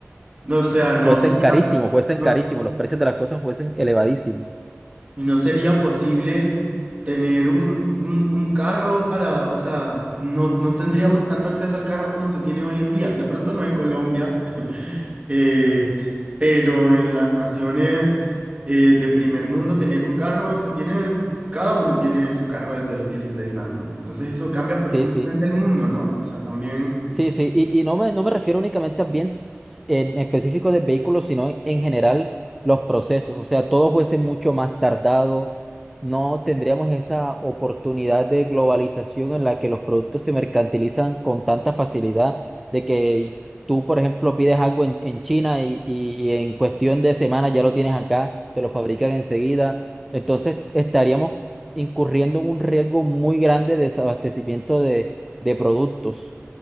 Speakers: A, on the right (about 25°); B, in the centre.
A: O sea, no
B: Fuesen
A: sería,
B: carísimo, fuesen
A: no-
B: carísimo, los precios de las cosas fuesen elevadísimos.
A: Y no sería posible tener un, un, un carro para, o sea, no, no tendríamos tanto acceso al carro como se tiene hoy en día. De pronto no en Colombia, <laughs> eh, pero en las naciones eh, de primer mundo tener un carro se tiene, cada uno tiene su carro desde los 16 años. Entonces eso cambia profundamente
B: Sí, sí.
A: el mundo, ¿no? O sea, también
B: Sí, sí, y, y no me, no me refiero únicamente a bienes en específico de vehículos, sino en, en general los procesos. O sea, todo fuese mucho más tardado, no tendríamos esa oportunidad de globalización en la que los productos se mercantilizan con tanta facilidad, de que tú, por ejemplo, pides algo en, en China y, y en cuestión de semanas ya lo tienes acá, te lo fabrican enseguida. Entonces, estaríamos incurriendo en un riesgo muy grande de desabastecimiento de, de productos.